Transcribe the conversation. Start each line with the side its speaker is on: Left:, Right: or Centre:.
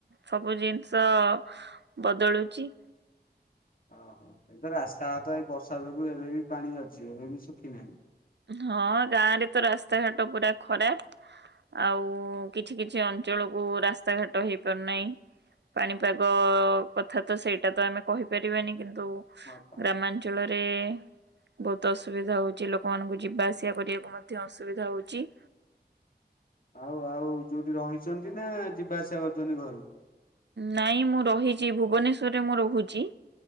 Right: ସବୁ ଜିନିଷ ବଦଳୁଛି।
Left: ଓହୋ ଏବେ ରାସ୍ତାଘାଟ ଏ ବର୍ଷା ଯୋଗୁଁ ଏବେବି ପାଣିଅଛି ଏବେବି ଶୁଖିନାହିଁ।
Right: ହଁ, ଗାଁ ରେ ତ ରାସ୍ତା ଘାଟ ପୁରା ଖରାପ। ଆଉ କିଛି କିଛି ଅଞ୍ଚଳକୁ ରାସ୍ତା ଘାଟ ହେଇପାରୁନାହିଁ। ପାଣିପାଗ କଥା ତ ସେଇଟା ତ ଆମେ କହିପାରିବାନି କିନ୍ତୁ
Left: ହଁ ପା
Right: ଗ୍ରାମାଞ୍ଚଳରେ ବହୁତ ଅସୁବିଧା ହଉଛି ଲୋକ ଲୋକା ମାନଙ୍କୁ ଯିବା ଆସିବା କରିବାକୁ ମଧ୍ୟ ଅସୁବିଧା ହଉଚି।
Left: ଆଉ ଆଉ ଯୋଉଠି ରହିଛନ୍ତିନା ଯିବା ଆସିବା କରଛନ୍ତି ଘରୁ
Right: ନାଇଁ ମୁଁ ରହିଛି ଭୁବନେଶ୍ୱରରେ ମୁଁ ରହୁଛି।